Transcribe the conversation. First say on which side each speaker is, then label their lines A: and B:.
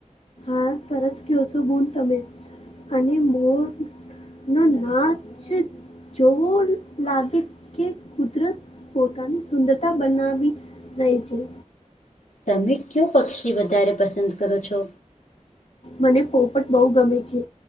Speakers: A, on the left; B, on the left.
A: હા, સરસ કયો શો બૂન તમે, અને મોર નો નાચ જોવો લાગે કે કુદરત પોતાની સુંદરતા બનાવી રઈ છે.
B: તમે કયો પક્ષી વધારે પસંદ કરો છો?
A: મને પોપટ બઉ ગમે છે.